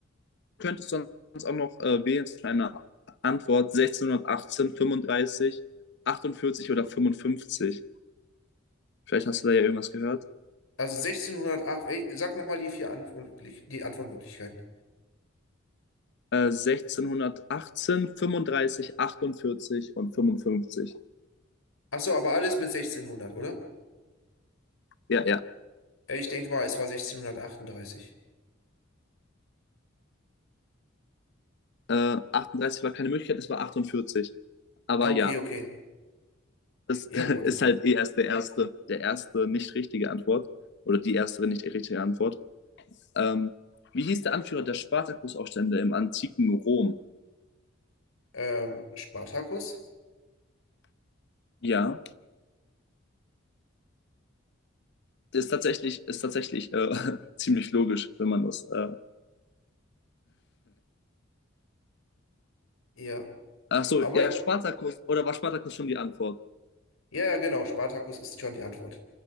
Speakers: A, on the left (about 60°); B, on the left (about 85°).
A: könntest du sonst auch noch äh, wählen zwischen einer Antwort 1618, 35, 48 oder 55. Vielleicht hast du da ja irgendwas gehört.
B: Also 1608, ey, sag nochmal die vier Antwortmöglich- die Antwortmöglichkeiten.
A: Äh, 1618, 35, 48 und 55.
B: Ach so, aber alles mit 1600, oder?
A: Ja, ja.
B: Äh, Ich denke mal, es war 1638.
A: Äh, 38 war keine Möglichkeit, es war 48. Aber
B: Ah, okay,
A: ja,
B: okay.
A: Das
B: Ja,
A: <laughs>
B: gut.
A: ist halt eh erst der erste, der erste nicht richtige Antwort oder die erste nicht richtige Antwort. Ähm, wie hieß der Anführer der Spartakusaufstände im antiken Rom?
B: Ähm, Spartacus?
A: Ja, das ist tatsächlich, ist tatsächlich äh, <laughs> ziemlich logisch, wenn man das. Äh,
B: Ja,
A: ach so,
B: aber,
A: ja, Spartakus. Oder war Spartakus schon die Antwort?
B: ja, ja, genau, Spartacus ist schon die Antwort.